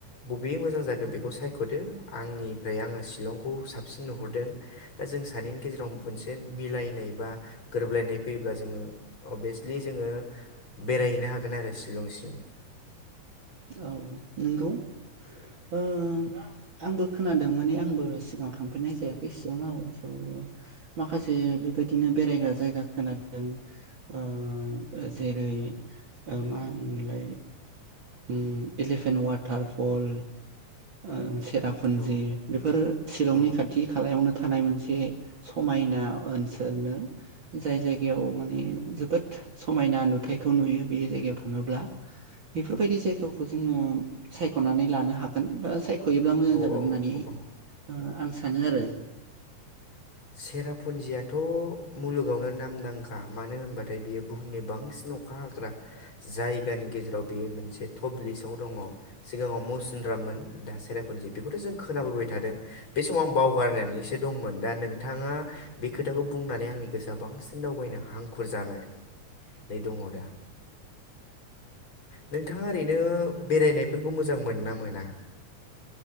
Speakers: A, on the left; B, on the right.
A: बबे मोजां जागोन बेखौ सायख'दो आंनिफ्राय आङो शिलंखौ साबसिन नुहरदों दा जों सानैनि गेजेराव मोनसे मिलायनाय बा गोरोबलायनाय फैयोब्ला जोङो अभियासलि जोङो बेरायहैनो हागोन आरो शिलंसिम
B: औ नोंगौ ओ आंबो खोनादों माने आंबो सिगाङाव थांफेदनाय जायाखै सिलङाव स' माखासे बेबायदिनो बेरायग्रा जायगा खोनादों ओ ओ जेरै ओ मा होनो मोनलाय ओम एलिफेन्ट वाटारफल ओ सेरापुन्जि
A: औ
B: बेफोरो शिलंनि
A: औ
B: खाथि खालायावनो थानाय मोनसे समायना ओनसोलनो जाय जायगायाव माने जोबोद समायना नुथायखौ नुयो बे जायगायाव थाङोब्ला बेफोरबायदि जायगाखौ जोङो सायख'नानै लानो हागोन बा फैयोब्ला मोजां
A: औ
B: जागोन होननानै
A: औ
B: ओ
A: औ
B: आं सानो आरो
A: सेरापुन्जियाथ' मुलुगावनो नामदांखा मानो होनबाथाय बियो बुहुमनि बांसिन अखा हाग्रा जायगानि गेजेराव बेयो मोनसे टप लिसआव दङ। सिगाङाव मौसिन्द्राममोन दा सेरापुन्जि बेखौथ' जों खोनाबोबाय थादों बे समाव आं बावगारनानै सेदंमोन दा नों नोंथाङा बे खोथाखौ बुंनानै आंनि गोसोआ बांसिन दावबायनो हांखुर जानाय नै दङ दा। नोंथाङा ओरैनो बेरायनायफोरखौ मोजां मोनो ना मोना?